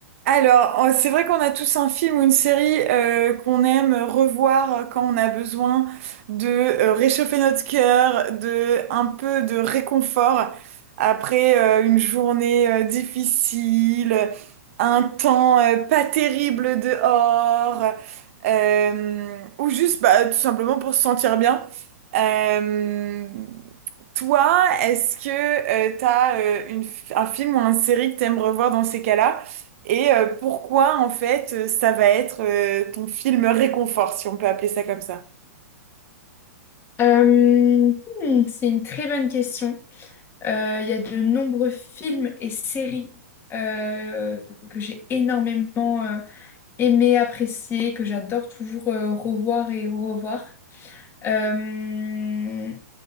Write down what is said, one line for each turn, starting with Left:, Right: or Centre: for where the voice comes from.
Right: Alors, euh, c'est vrai qu'on a tous un film ou une série euh, qu'on aime revoir euh, quand on a besoin de euh, réchauffer notre cœur, de un peu de réconfort après euh, une journée euh, difficile, un temps euh, pas terrible dehors, euh, ou juste bah, tout simplement pour se sentir bien. Euh, toi, est-ce que euh, t'as euh, une, f- un film ou une série que t'aimes revoir dans ces cas-là? Et euh, pourquoi, en fait, euh, ça va être euh, ton film réconfort, si on peut appeler ça comme ça?
Left: Euh, hmm, c'est une très bonne question. Euh, Il y a de nombreux films et séries euh, que j'ai énormément euh, aimé, apprécié, que j'adore toujours euh, revoir et revoir. Euh,